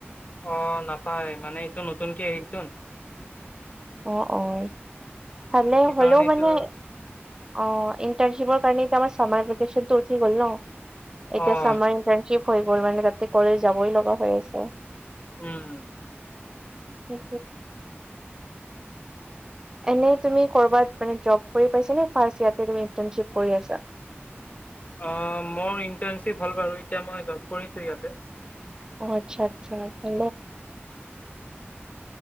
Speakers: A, on the left (about 35°); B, on the right (about 15°).
A: অ', নাপায় মানে এইটো নতুনকে আহিলটো।
B: অ', অ', ভালে
A: সেইকাৰণে
B: হ'লেও
A: এইটো
B: মানে অ', ইণ্টাৰনশ্বিপৰ কাৰণে এতিয়া আমাৰ চা মাৰ ভেকেচনটো উঠি গল ন! এতিয়া
A: অ',
B: চামাৰ ইণ্টাৰ্ণ কি হৈ গ'ল মানে তাতে কলেজ যাবই লগা হৈ আছে
A: উম
B: উ এনেই তুমি ক'ৰবাত মানে জব কৰি পাইছা নে ফাৰ্ষ ই ত ইণ্টানশ্বিপ কৰি আছা
A: অ মোৰ ইণ্টাৰ্ণশ্বিপ হল বাৰু এতিয়া মই জব কৰিছোঁ ইয়াতে
B: অ আচ্ছা আচ্ছাে